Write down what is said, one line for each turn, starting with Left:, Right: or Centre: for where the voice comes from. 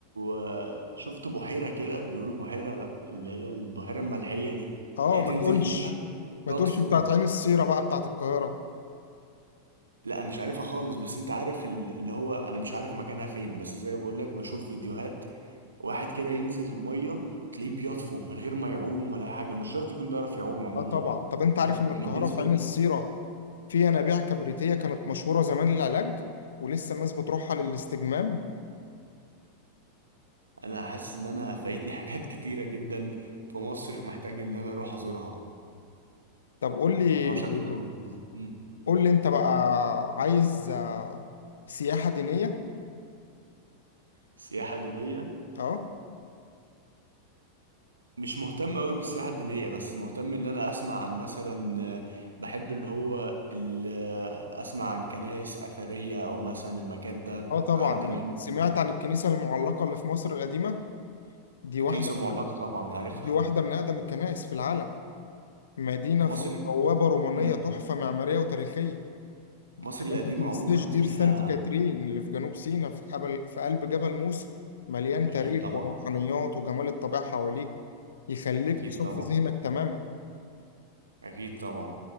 Right: آه، شفت بحيرة كده بيقولوا بحيرة لا، اللي هي البحيرة الملحية دي
Left: اه
Right: اللي هي
Left: ما
Right: تنزل
Left: تقولش
Right: فيها
Left: ما
Right: تطفو
Left: تقولش بتاعت عين السيرة بقى بتاعت القاهرة
Right: لا مش عارفها خالص بس انت عارف ال- اللي هو انا مش عارف مكانها فين بس زي بقول لك بشوف فيديوهات واحد كده ينزل المية تلاقيه بيطفو من غير ما يعوم ولا اي حاجة مش شرط يكون بيعرف يعوم عموما
Left: اه طبعا طب انت
Right: من
Left: عارف ان
Right: من
Left: القاهرة
Right: نسبة
Left: في عين السيرة في ينابيع كبريتية كانت مشهورة زمان للعلاج ولسه الناس بتروحها للاستجمام
Right: انا حاسس ان انا فايتني حاجات كتيره جدا في مصر محتاج ان انا اروح ازورها
Left: طب قول لي
Right: موضوع شكله لز- مم.
Left: قول لي انت بقى عايز آه، سياحة دينية
Right: سياحه دينيه
Left: اه
Right: مش مهتم قوي بالسياحه الدينيه بس مهتم ان انا اسمع عن مثلا آه، بحب اللي هو ال- آه، اسمع عن كنائس اثريه او مثلا المكان ده
Left: اه طبعا
Right: عدى منه
Left: سمعت عن الكنيسة المعلقة اللي في مصر القديمة دي واحدة
Right: الكنيسه المعلقه طبعا عارفها
Left: دي واحدة من اقدم الكنائس في العالم مدينة
Right: مصر
Left: فوق بوابة رومانية
Right: مم.
Left: تحفة معمارية وتاريخية
Right: مصر
Left: كمان
Right: القديمه
Left: ما تنساش
Right: عموما
Left: دير
Right: فيها
Left: سانت كاترين اللي في جنوب سيناء في قبل في قلب جبل موسى مليان
Right: اكيد
Left: تاريخ
Right: طبعا
Left: وروحانيات وجمال الطبيعة حواليك يخليك
Right: اكيد
Left: تصفي
Right: طبعا
Left: ذهنك تماما
Right: اكيد طبعا